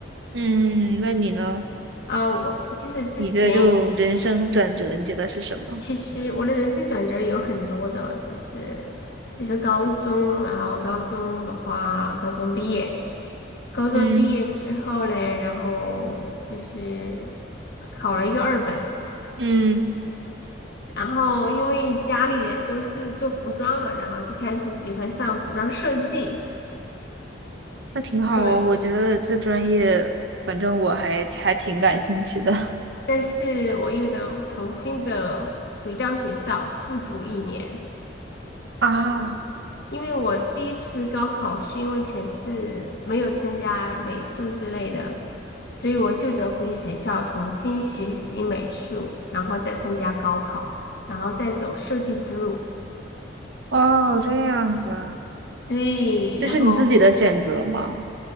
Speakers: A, on the right; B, on the left.
A: 嗯，那你呢？
B: 啊，我就是之前。
A: 你的就人生转折，你觉得是什么？
B: 其实我的人生转折有很多的，就是就是高中，然后高中的话，高中毕业，高中毕业之后嘞，
A: 嗯
B: 然后就是考了一个二本，
A: 嗯。
B: 然后因为家里人都是做服装的，然后就开始喜欢上服装设计，
A: 那挺好哦，
B: 对，
A: 我觉得这专业，反正我还还挺感兴趣的。
B: 但是我又得重新的回到学校复读一年。
A: <laughs> 啊，
B: 因为我第一次高考是因为全市没有参加美术之类的，所以我就得回学校重新学习美术，然后再参加高考，然后再走设计之路。
A: 哦，这样子，
B: 对，
A: 这是你自己的选择吗？
B: 然后